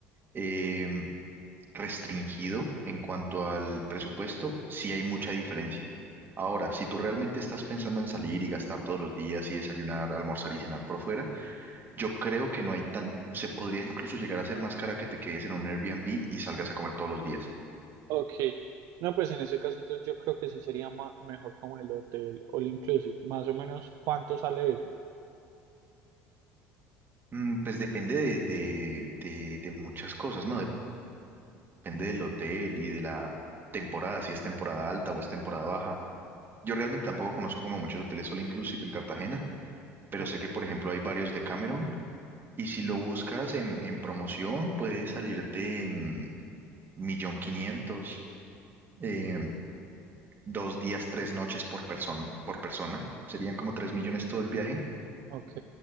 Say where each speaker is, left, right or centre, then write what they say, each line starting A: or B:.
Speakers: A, on the right; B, on the right.
A: em, restringido en cuanto al presupuesto, sí hay mucha diferencia. Ahora, si tú realmente estás pensando en salir y gastar todos los días y desayunar, almorzar y cenar por fuera, yo creo que no hay tan, se podría incluso llegar a ser más cara que te quedes en un Airbnb y salgas a comer todos los días.
B: Ok, no, pues en ese caso entonces yo creo que sí sería ma- mejor como el hotel all inclusive, más o menos cuánto sale eso.
A: Mm, Pues depende de, de, de, de muchas cosas, ¿no? Depende del hotel y de la temporada, si es temporada alta o es temporada baja. Yo realmente tampoco conozco como muchos hoteles solo inclusive en Cartagena, pero
B: O-
A: sé que,
B: o-
A: por ejemplo, hay varios de Cameron Y si lo buscas en, en promoción, puede salirte en millón quinientos, eh, dos días, tres noches por persona, por persona. Serían como tres millones todo el viaje.
B: Ok,